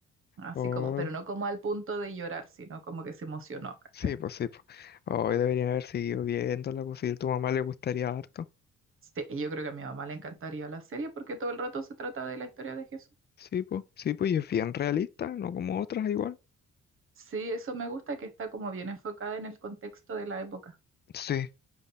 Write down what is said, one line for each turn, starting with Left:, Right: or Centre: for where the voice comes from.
Right: Así
Left: Hola.
Right: como, pero no como al punto de llorar, sino como que se emocionó, ¿cachai?
Left: Sí, pues sí, pues. Hoy deberían haber seguido viéndola, pues si tu mamá le gustaría harto.
Right: Sí, y yo creo que a mi mamá le encantaría la serie porque todo el rato se trata de la historia de Jesús.
Left: Sí, pues, sí, pues, y es bien realista, no como otras igual.
Right: Sí, eso me gusta que está como bien enfocada en el contexto de la época.
Left: Sí,